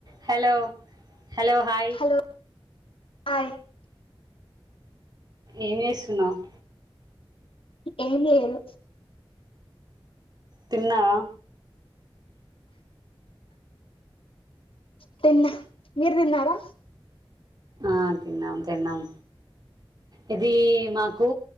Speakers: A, on the right; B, on the left.
A: Hello hello hi
B: hello hi
A: ఏం చేస్తున్నావ్
B: ఏం లేదు
A: తిన్నావా
B: తిన్న మీరు తిన్నారా
A: ఆ తిన్నాం తిన్నాం ఇది మాకు